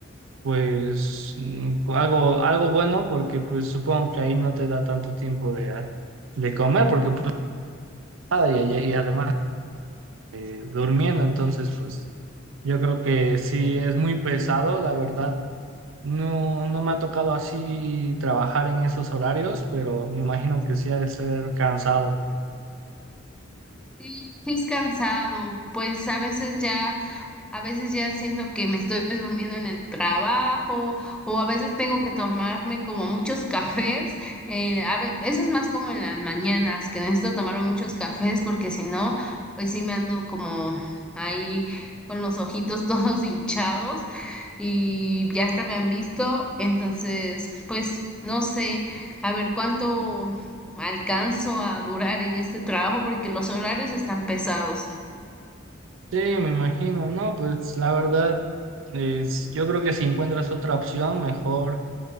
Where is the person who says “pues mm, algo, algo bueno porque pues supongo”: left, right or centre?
Right